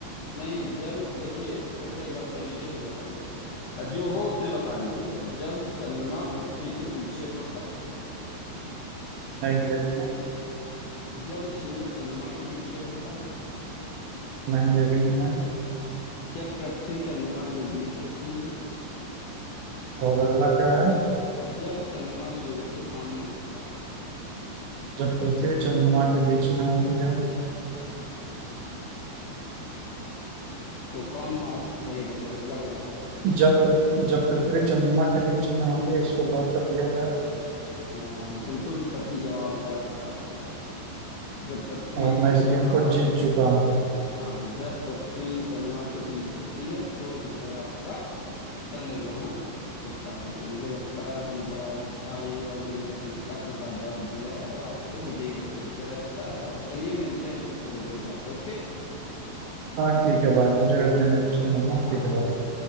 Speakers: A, on the left; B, on the right.
A: नहीं जब देखिए फिर से एक बार सुन लीजिए फिर बताइए जो हो उसमें बता दीजिएगा जब चंद्रमा पृथ्वी के पीछे होता
B: नहीं ये नहीं है
A: जब सूर्य चंद्रमा के पीछे होता है
B: नहीं ये भी नहीं है
A: जब पृथ्वी चंद्रमा के बीच होती है
B: और अगला क्या है
A: जब चंद्रमा सूर्य के सामने होता है
B: जब पृथ्वी चंद्रमा के बीच में होती है
A: तो कौन सा सही लग, लग रहा है आपको
B: जब पृ- जब पृथ्वी चंद्रमा के बीच में होती है इसको लॉक कर दिया जाए
A: आ, बिल्कुल सही जवाब है आपका जब पृथ्वी
B: और मैं
A: चंद्रमा
B: इस गेम को जीत चुका हूँ
A: हाँ जब पृथ्वी चंद्रमा के बीच होती है तो जो है आपका चंद्र ग्रहण होता है तो मुझे लगता है आपने बड़ा अच्छा ही और बड़ी सटीकता के साथ जवाब दिया है और आपको विजयी घोषित किया जाता है और चलिए मिलते हैं फिर थोड़ी देर बाद ओके
B: हाँ ठीक है भाई मुझे भी अपने मित्र
A: ठीक
B: से मिलना है,
A: हाँ
B: ठीक है भाई
A: बाय